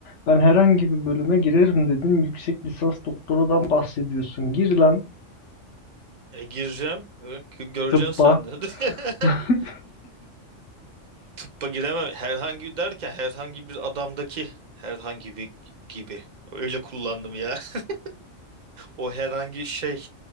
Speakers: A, on the left; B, on the right.
A: Ben herhangi bir bölüme girerim dedin. Yüksek lisans doktoradan bahsediyorsun. Gir lan.
B: E gireceğim. Böyle, gö- göreceksin
A: Tıbba.
B: sen de.
A: <laughs>
B: <laughs> tıbba giremem. Herhangi derken herhangi bir adamdaki herhangi bir gibi. Öyle kullandım ya. <laughs> O herhangi şey